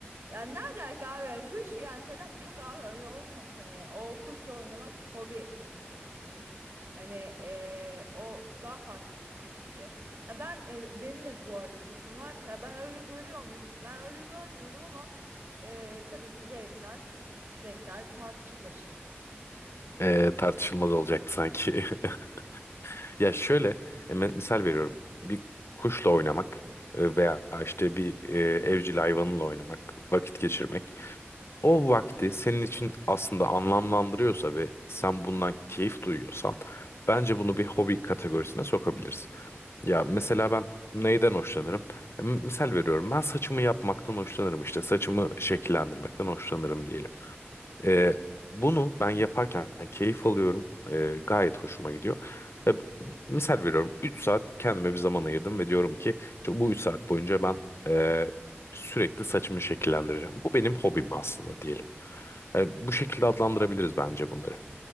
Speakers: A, on the right; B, on the left.
A: Ya ne alaka abi yani kuş yani falan yok abi öyle olmuyormuş hani o kuşla oynamak hobiymiş onun için. Hani eee, o daha farklı bir düşünce. Ya ben e, benim de bu arada kuşum var. Ya ben öyle görüyor muyum? Ben öyle görmüyorum ama eee, tabii ki zevkler, renkler tartışılır.
B: Ee, tartışılmaz olacaktı sanki. <laughs> Ya şöyle e, me- misal veriyorum. Bir kuşla oynamak e, veya işte bir e, evcil hayvanla oynamak, vakit geçirmek. O vakti senin için aslında anlamlandırıyorsa ve sen bundan keyif duyuyorsan bence bunu bir hobi kategorisine sokabilirsin. Ya mesela ben neyden hoşlanırım? E, Misal veriyorum ben saçımı yapmaktan hoşlanırım işte saçımı şekillendirmekten hoşlanırım diyelim. E, bunu ben yaparken keyif alıyorum E, gayet hoşuma gidiyor. E, misal veriyorum 3 saat kendime bir zaman ayırdım ve diyorum ki işte bu 3 saat boyunca ben e, sürekli saçımı şekillendireceğim. Bu benim hobim aslında diyelim. E, bu şekilde adlandırabiliriz bence bunları.